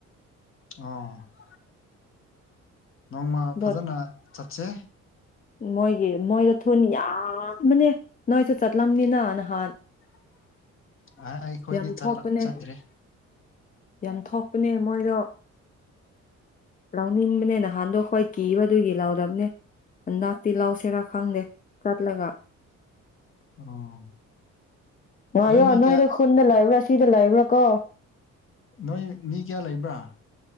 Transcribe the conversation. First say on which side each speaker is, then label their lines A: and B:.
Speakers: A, on the left (about 45°); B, on the left (about 30°).
A: ꯑꯣ ꯅꯣꯡꯃ
B: ꯑꯗꯣ
A: ꯐꯖꯅ ꯆꯠꯁꯦ
B: ꯃꯣꯏꯒꯤ ꯃꯣꯏꯗ ꯊꯨꯟ ꯌꯥꯝꯕꯅꯦ ꯅꯣꯏꯁꯨ ꯆꯠꯂꯝꯅꯤꯅ ꯅꯍꯥꯟ
A: <unintelligible> ꯑꯩꯈꯣꯏꯗꯤ
B: ꯌꯥꯝ ꯊꯣꯛꯄꯅꯦ
A: ꯆꯠꯇ꯭ꯔꯤ
B: ꯌꯥꯝ ꯊꯣꯛꯄꯅꯦ ꯃꯣꯏꯗꯣ ꯂꯧꯅꯤꯡꯕꯅꯦ ꯅꯍꯥꯟꯗꯣ ꯑꯩꯈꯣꯏ ꯀꯤꯕꯗꯨꯒꯤ ꯂꯧꯗꯝꯅꯦ ꯍꯟꯗꯛꯇꯤ ꯂꯧꯁꯤꯔꯥ ꯈꯪꯗꯦ ꯆꯠꯂꯒ
A: ꯑꯣ
B: ꯉꯥꯏꯌꯣ
A: ꯅꯣꯏ ꯃꯤ
B: ꯅꯣꯏꯗꯣ
A: ꯀꯌꯥ
B: ꯈꯨꯟꯗ ꯂꯩꯕ꯭ꯔꯥ ꯁꯤꯗ ꯂꯩꯕ꯭ꯔꯥ ꯀꯣ
A: ꯅꯣꯏ ꯃꯤ ꯀꯌꯥ ꯂꯩꯕ꯭ꯔꯥ